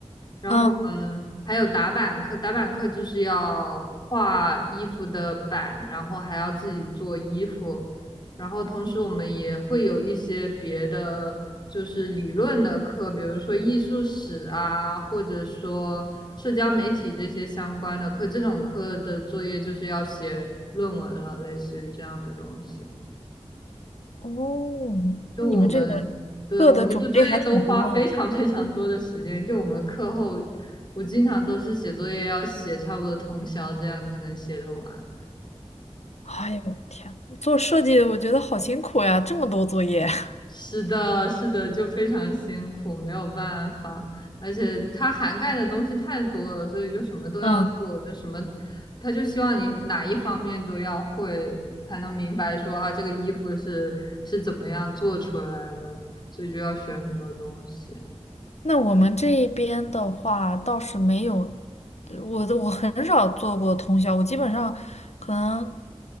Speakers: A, on the left; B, on the left.
A: 然后我们还有打板课，
B: 啊，
A: 打板课就是要画衣服的板，然后还要自己做衣服，然后同时我们也会有一些别的就是理论的课，比如说艺术史啊，或者说社交媒体这些相关的课，这种课的作业就是要写论文了，类似于这样的东西。
B: 哦，
A: 就我们，
B: 那你们这个
A: 对，
B: 课的种类还挺多的。
A: 我们的作业都花非常非常多的时间。就我们课后，我经常都是写作业要写差不多通宵，这样才能写得完。
B: 哎呦天呐，做设计我觉得好辛苦呀，这么多作业。<laughs>
A: 是的，是的，就非常辛苦，没有办法。而且它涵盖的东西太多了，所以就什么都要做，
B: 嗯，
A: 就什么，他就希望你哪一方面都要会，才能明白说啊，这个衣服是是怎么样做出来的，所以就要学很多东西。
B: 那我们这边的话倒是没有，我的我很少做过通宵，我基本上可能